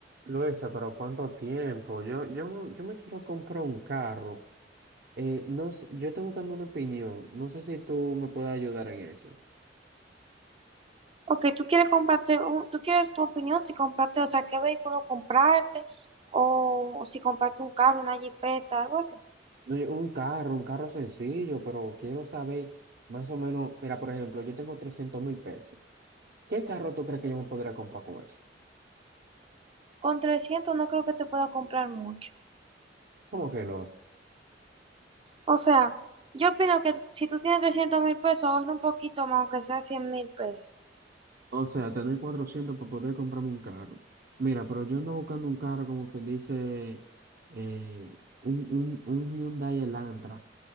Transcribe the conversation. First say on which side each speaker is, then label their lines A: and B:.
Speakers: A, on the right; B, on the right.
A: Luisa, pero ¿cuánto tiempo? Yo, yo, yo me quiero comprar un carro. Eh, no sé, yo estoy buscando una opinión. No sé si tú me puedes ayudar en eso.
B: Ok, tú quieres comprarte un, tú quieres tu opinión si comprarte, o sea, qué vehículo comprarte o si comprarte un carro, una jipeta, algo así.
A: No, yo- Un carro, un carro sencillo, pero quiero saber más o menos. Mira, por ejemplo, yo tengo trescientos mil pesos. ¿Qué carro tú crees que yo me podría comprar con eso?
B: Con trescientos no creo que te pueda comprar mucho.
A: ¿Cómo que no?
B: O sea, yo opino que si tú tienes trescientos mil pesos, ahorra un poquito más, aunque sea cien mil pesos.
A: O sea, tener 400 para poder comprarme un carro. Mira, pero yo ando buscando un carro como que dice eh, un, un, un Hyundai Elantra